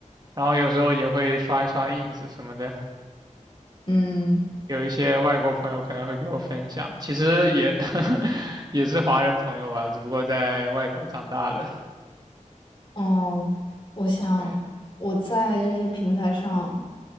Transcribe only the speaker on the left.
嗯，
哦，我想我在这些平台上